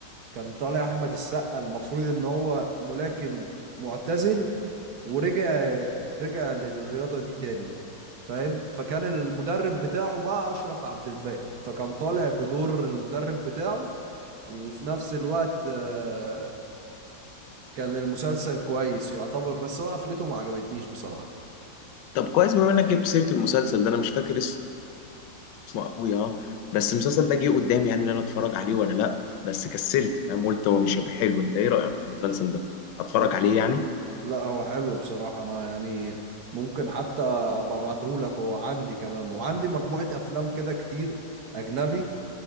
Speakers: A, on the right (about 60°); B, on the left (about 75°).
A: كان طالع احمد السقا المفروض ان هو ملاكم معتزل ورجع رجع للرياضة دي تاني فاهم فكان المدرب بتاعه بقى أشرف عبد الباقي فكان طالع بدور المدرب بتاعه وفي نفس الوقت آه، كان المسلسل كويس يعتبر بس هو قفلته ما عجبتنيش بصراحة
B: طب كويس بما انك جبت سيره المسلسل ده انا مش فاكر اسمه قوي اه بس المسلسل ده جه قدامي يعني ان انا اتفرج عليه ولا لا بس كسلت فاهم قلت هو مش هيبقى حلو انت ايه رايك في المسلسل ده اتفرج
A: لا
B: عليه يعني
A: لا هو حلو بصراحة أنا يعني ممكن حتى أبقى أبعته لك هو عندي كمان وعندي مجموعة أفلام كده كتير أجنبي